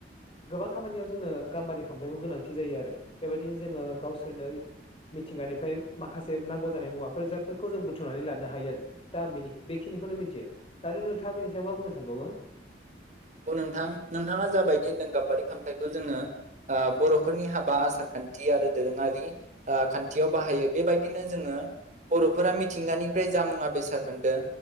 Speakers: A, on the left (about 30°); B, on the right (about 40°).
A: गोबां खामानियाव जोंनो गाम्बारि खामफ्लायखौ गोनांथि जायो आरो बेबायदिनो जोङो गावसोरनो मिथिंगानिफ्राय माखासे नांगौ जानाय मुवाफोर जादफोरखौ जों बुथुमनानै लानो हायो आरो दा बेखिनिखौनो मिथियो दा नोंथाङा बिनि सायाव मा बुंनो सानबावो।
B: नंगौ नोंथां नोंथाङा जाबायदि होनदों गाम्बारि खौ जोङो बर'फोरनि हाबा आसार खान्थि आरो दोरोङारि खान्थियाव बाहायो बेबायदिनो जोङो बर'फोरा मिथिंगानिफ्राय जा मुवा बेसाद मोनदों